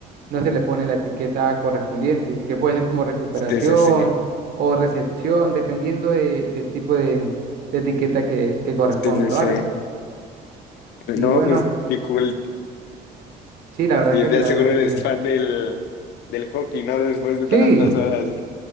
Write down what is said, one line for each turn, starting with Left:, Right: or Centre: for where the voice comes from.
Right: no se le pone la etiqueta correspondiente, que puede ser como recuperación
Left: sí, sí, sí.
Right: o recepción, dependiendo de- del tipo de, de etiqueta que, que corresponda,
Left: Sí, sí,
Right: ¿vale?
Left: sí.
Right: Y
Left: No,
Right: bueno,
Left: pues, qué cool.
Right: sí, la verdad
Left: Sí,
Right: que sí,
Left: ya
Right: la
Left: seguro
Right: verdad que
Left: eres
Right: sí.
Left: fan del, del hockey, ¿no? Después de
Right: Sí,
Left: tantas
Right: s-
Left: horas. <laughs>